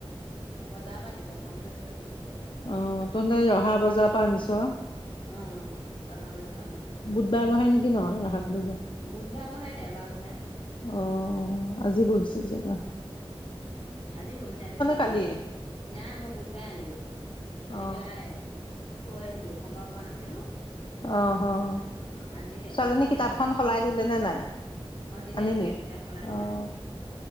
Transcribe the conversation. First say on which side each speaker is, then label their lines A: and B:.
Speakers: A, on the left (about 70°); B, on the left (about 55°).
A: বজাৰ বাত দিব কম ৰেটত দি দিব এতিয়া
B: অহ তহতে ৰহা বজাপা আনিছ
A: অ ৰহা বজাপা আনিছো
B: বুধবাৰে বহে নেকি ন ৰহাত বজা
A: বুধবাৰ বহে দেওবাৰ বহে
B: অ আজি বহিছে যে ত
A: উম আজিও বহিছে আজি যোৱা
B: কালিয়ে
A: নাই নাই মই বুধবাৰে আনিলো আনি
B: অ
A: পেলাই থৈহে দিলো সময় পোৱা নাছিলো
B: অহ অ
A: আজি
B: ছোৱালীজনী
A: আজিহে
B: কিতাপখন সলাই দিলে নে নাই
A: অ দিলে
B: আনিলি
A: দিলে কিতাপ সলাই
B: অহ